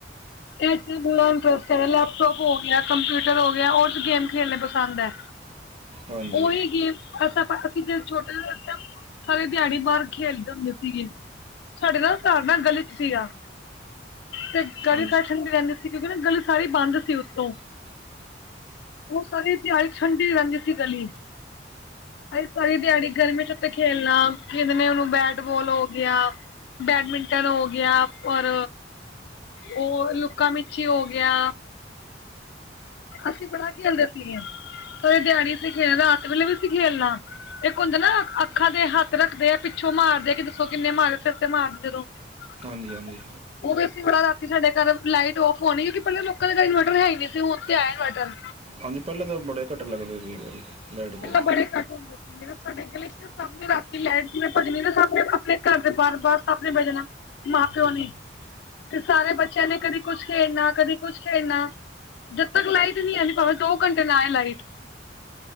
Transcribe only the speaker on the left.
ਇਹ ਚ ਬੜਾ ਇੰਟਰਸਟ ਹੈਗਾ ਹੈ। ਲੈਪਟੋਪ ਹੋ ਗਿਆ, ਕੰਪਿਊਟਰ ਹੋ ਗਿਆ। ਉਹ ਗੇਮ ਖੇਲਣੀ ਪਸੰਦ ਹੈ।
ਉਹੀ ਗੇਮ ਅਸਾ ਪਤਾ ਸੀ ਅਸੀਂ ਜਦੋਂ ਛੋਟੇ ਜ ਸਾਰੀ ਦਿਹਾੜੀ ਬਾਹਰ ਖੇਡ ਦੇ ਹੁੰਦੇ ਸੀਗੇ। ਸਾਡੇ ਨਾਲ ਘਰ ਨਾ ਗਲੀ ਸੀਗਾ ਤੇ
ਫੈਸ਼ਨ ਚ ਰਹਿੰਦੀ ਸੀ ਕਿਉਂਕਿ ਨਾ ਗਲੀ ਸਾਰੀ ਬੰਦ ਸੀ ਉੱਤੋਂ।
ਉਹ ਸਾਰੀ ਦਿਹਾੜੀ ਠੰਡੀ ਰਹਿੰਦੀ ਸੀ ਗਲੀ। ਅਸੀਂ ਸਾਰੀ ਦਿਹਾੜੀ ਗਰਮੀ ਚ ਉੱਤੇ ਖੇਲਣਾ ਖੇਡਣੇ ਨੂੰ ਬੈਟਬਾਲ ਹੋ ਗਿਆ। ਬੈਡਮਿੰਟਨ ਹੋ ਗਿਆ ਔਰ ਉਹ ਲੁੱਕਾਂ ਮਿਚੀ ਹੋ ਗਿਆ। ਅਸੀਂ ਬੜਾ ਖੇਲਦੇ ਸੀਗੇ। ਸਾਰੀ ਦਿਹਾੜੀ ਅਸੀਂ ਖੇਲਨਾ ਰਾਤ ਵੇਲੇ ਵੀ ਸੀ ਖੇਲਨਾ। ਇੱਕ ਹੁੰਦਾ ਨਾ ਅੱਖਾਂ ਦੇ ਹੱਥ ਰੱਖਦੇ ਆ, ਪਿੱਛੋਂ ਮਾਰਦੇ ਕਿ ਦੱਸੋ ਕਿੰਨੇ ਮਾਰਿਆ, ਸਿਰ ਤੇ ਮਾਰਦੇੋ ਜਦੋਂ। <unintelligible>
ਉਹ ਵੀ ਅਸੀਂ ਬੜਾ ਰਾਤੀ ਸਾਡੇ ਘਰ ਲਾਈਟ ਔਫ ਹੋਣੀ ਕਿਉਂਕਿ ਪਹਿਲਾ ਲੋਕਾਂ ਦੇ ਘਰ ਇਨਵਰਟਰ ਹੈ ਨਹੀਂ ਸੀ ਹੁਣ ਤੇ ਆਯੇ ਇਨਵਰਟਰ
ਪਹਿਲਾਂ ਬੜੇ ਘੱਟ ਹੁੰਦੇ ਸੀਗੇ ਨਾ ਸਾਡੇ ਗਲੇ ਸਭ ਨੇ ਰਾਤੀ ਲਾਈਟ ਜਿਵੇਂ ਭੱਜਣੀ ਤੇ ਸਾਹਣੇ ਆਪਣੇ ਘਰ ਦੇ ਬਾਹਰ-ਬਾਹਰ ਸਭ ਨੇ ਬੈ ਜਾਣਾ ਮਾਂ-ਪਿਓ ਨੇ ਤੇ ਸਾਰੇ ਬੱਚਿਆਂ ਨੇ, ਕਦੇ ਕੁਛ ਖੇਡਣਾ, ਕਦੇ ਕੁੱਛ ਖੇਡਣਾ। ਜਦ ਤੱਕ ਲਾਈਟ ਨਹੀਂ ਹੈ, ਭਾਵੇਂ ਦੋ ਘੰਟੇ ਨਾ ਆਏ ਲਾਈਟ।